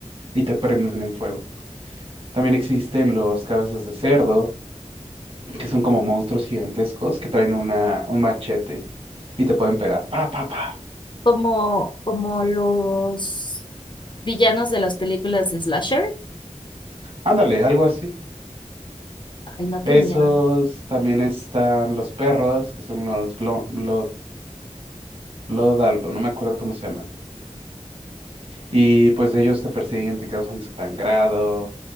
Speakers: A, on the right; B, on the left.
A: y te prenden en fuego. También existen los cabezas de cerdo, que son como monstruos gigantescos que traen una, un machete y te pueden pegar. Pa, pa, pa.
B: Como, como los villanos de las películas de Slasher.
A: Ándale, algo así.
B: Ay, no, qué
A: Esos
B: miedo.
A: también están los perros, que son los blo- blo- blood, algo, no me acuerdo cómo se llaman. Y pues ellos te persiguen, te causan sangrado.